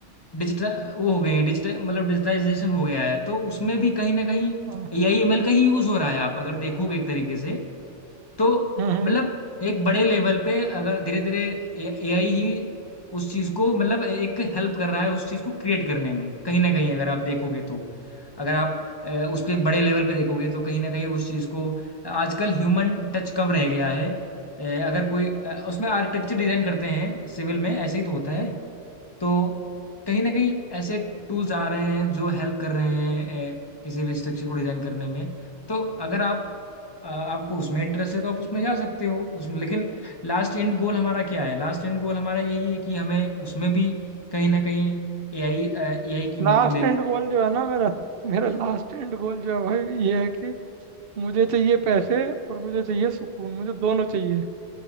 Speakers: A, on the left; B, on the right.
A: डिजिटल वो हो गई है डिजिटल मतलब डिजिटाइजेशन हो गया है तो उसमें भी कहीं ना कहीं
B: हाँ
A: ए आई एम एल का ही यूज़ हो रहा है आप अगर देखोगे एक तरीके से तो
B: हम्म हम्म
A: मतलब एक बड़े लेवल पे अगर धीरे धीरे एआई ही उस चीज को मतलब एक हेल्प कर रहा है उस चीज को क्रिएट करने में कहीं ना कहीं अगर आप देखोगे तो अगर आप अ, उसके बड़े लेवल पे देखोगे तो कहीं ना कहीं उस चीज को आजकल ह्यूमन टच कम रह गया है अ, अगर कोई अ, उसमें आर्किटेक्चर डिजाइन करते हैं सिविल में ऐसे ही तो होता है तो कहीं ना कहीं ऐसे टूल्स आ रहे हैं जो हेल्प कर रहे हैं अ, किसी भी स्ट्रक्चर को डिजाइन करने में तो अगर आप आ, आपको उसमें इंटरेस्ट है तो आप उसमें जा सकते हो उसमें लेकिन लास्ट एंड गोल हमारा क्या है लास्ट एंड गोल हमारा यही है कि हमें उसमें भी कहीं ना कहीं एआई एआई की
B: लास्ट
A: मदद लेनी
B: एंड गोल जो है ना मेरा मेरा लास्ट एंड गोल जो है भाई ये है कि मुझे चाहिए पैसे और मुझे चाहिए सुकून मुझे दोनों चाहिए